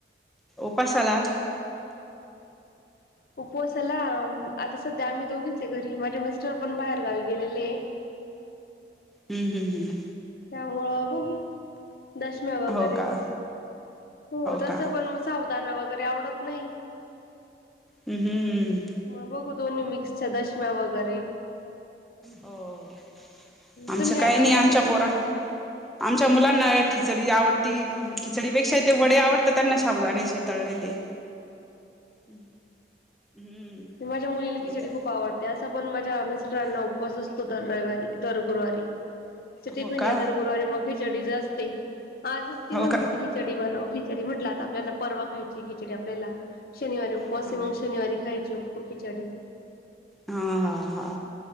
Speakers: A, in the centre; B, on the left.
A: उपासाला.
B: उपवासाला आता सध्या आम्ही दोघीच आहे घरी माझे मिस्टर पण बाहेर गावी गेलेले.
A: हम्म हम् हम्.
B: त्यामुळं बघू दशम्या वगैरेच
A: हो का
B: हो तस
A: का हम्म
B: पण म साबूदाना वगैरे आवडत नाही.
A: हम्.
B: मग बघू दोन्ही मिक्सच्या दशम्या वगैरे.
A: हो - आमचं
B: तुम्ही काय
A: काही
B: करणार
A: नाही आमच्या
B: नवीन?
A: पोराण आमच्या मुलांना खिचडी आवडती. खिचडीपेक्षा ते वडे आवडतात त्यांना शाबूदाण्याचे तळलेले. हम्म.
B: ते माझ्या मुलीला खिचडी
A: नाही तर
B: खूप आवडते असा पण माझ्या मिस्टरांना उपवास असतो. दर रविवारी दर -गुरुवारी टिफिन
A: हो का
B: ला दर गुरुवारी मग खिचडीच असते. आजच ती
A: हो
B: म्हणत
A: का
B: होती खि चडी -बनव खिचडी म्हटला आपल्याला परवा खायची खिचडी आपल्याला शनिवारी उपवासये
A: हा
B: मगं शनिवारी खायची उप खिचडी.
A: हा हा हा.